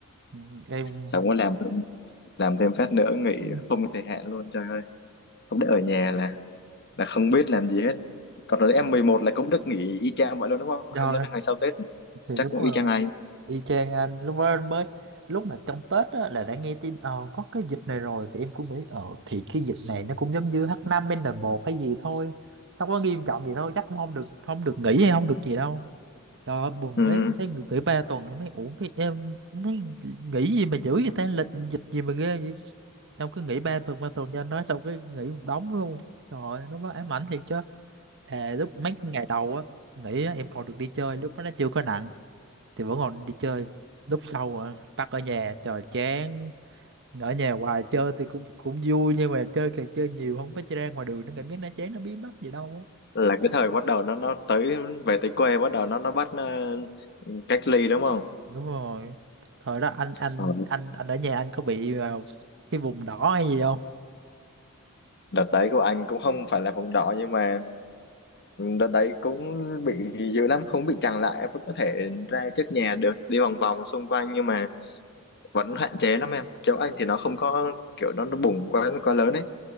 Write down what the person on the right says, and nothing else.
ừ, em
ừ,
rồi
thì
đúng
rồi
Y chang anh lúc mới mới lúc mà trong Tết á, là đã nghe tin ờ, có cái dịch này rồi thì em cũng nghĩ ờ thì cái dịch này nó cũng giống như H5N1 hay gì thôi nó có nghiêm trọng gì thôi chắc cũng không được không được nghỉ hay không được gì đâu trời ơi bùm
cái em thấy nghỉ ba tuần em thấy ủa cái em cũng thấy nghỉ gì mà dữ vậy ta lịch dịch gì mà ghê vậy xong cứ nghỉ ba tuần ba tuần cho anh nói xong cái nghỉ một đống luôn trời ơi, nó mới ám ảnh thiệt chứ thề lúc mấy ngày đầu á nghỉ á, em còn được đi chơi lúc đó nó chưa có nặng thì vẫn còn đi chơi lúc sau rồi bắt ở nhà trời chán ở nhà hoài chơi thì cũng cũng vui nhưng mà chơi càng chơi nhiều không phải chơi ra ngoài đường nó cảm giác nó chán nó bí bách gì đâu á
đúng rồi thời đó anh anh
anh anh ở nhà anh có bị vào cái vùng đỏ hay gì không